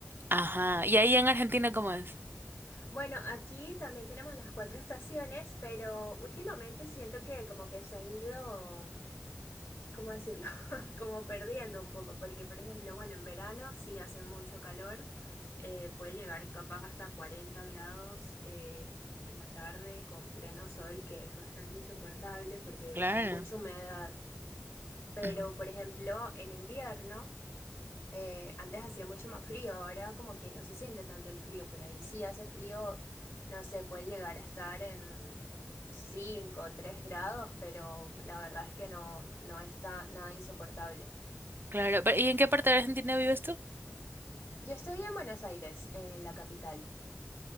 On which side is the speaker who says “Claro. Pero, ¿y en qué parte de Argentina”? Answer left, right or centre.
Right